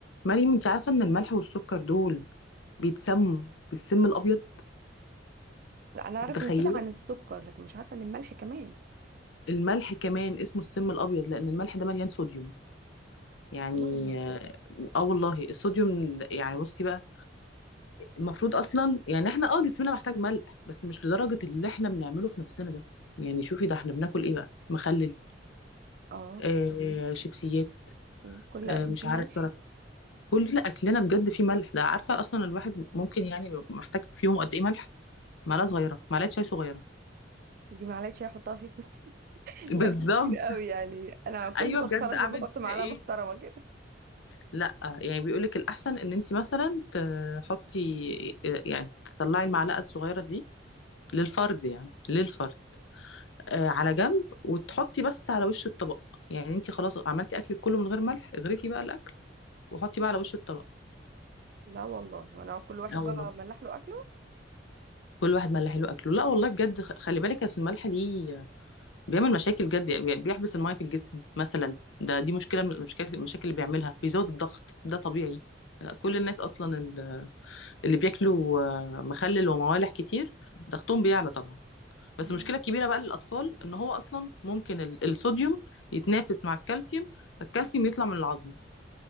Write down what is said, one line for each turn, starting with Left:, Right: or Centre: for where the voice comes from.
Left: مريم انت عارفة ان الملح والسكر دول بيتسموا بالسم الابيض
Right: لا انا اعرف
Left: متخيلة
Right: ان كده عن السكر لكن مش عارفه ان الملح كمان
Left: الملح كمان اسمه السم الابيض لان الملح ده مليان صوديوم يعني
Right: لا والله
Left: اه آه والله الصوديوم ده- يعني بصي بقى المفروض اصلا يعني احنا اه جسمنا محتاج ملح بس مش لدرجة اللي احنا بنعمله في نفسنا ده يعني شوفي ده احنا بناكل ايه بقى مخلل
Right: اه
Left: آه شيبسيات
Right: أيوة، كل
Left: آه
Right: اكل
Left: مش
Right: فيه
Left: عارف
Right: ملح
Left: كرات كل اكلنا بجد فيه ملح ده عارفة اصلا الواحد ممكن يعني بيبقى محتاج في يوم قد ايه ملح معلقة صغيرة معلقة شاي صغيرة
Right: دي معلقه شاي احطها فيه بس <laughs>
Left: بالظبط
Right: الاكل كتير قوي يعني انا كل
Left: ايوه
Right: طب
Left: بجد
Right: خلاص
Left: اعمل
Right: ما بحط معلقه
Left: فيها ايه
Right: محترمه كده
Left: لا يعني بيقولك الاحسن ان انت مثلا تحطي يعني تطلعي المعلقه الصغيره دي للفرد يعني للفرد آه على جنب وتحطي بس على وش الطبق يعني انت خلاص عملتي اكلك كله من غير ملح اغرفي بقى الاكل وحطي بقى على وش الطبق
Right: لا والله انا كل واحد
Left: اه
Right: بقى
Left: والله
Right: ملح له اكله
Left: كل واحد ملح له اكله لا والله بجد خ- خلي بالك اصل الملح دي بيعمل مشاكل جد يعني بيحبس الميه في الجسم مثلا ده دي مشكله من المشاكل المشاكل اللي بيعملها بيزود الضغط ده طبيعي لا، كل الناس اصلا اللي بياكلوا آه، مخلل وموالح كتير ضغطهم بيعلى طبعا بس
Right: مم.
Left: المشكله الكبيره بقى للاطفال ان هو اصلا ممكن ال- الصوديوم يتنافس مع الكالسيوم فالكالسيوم يطلع من العظم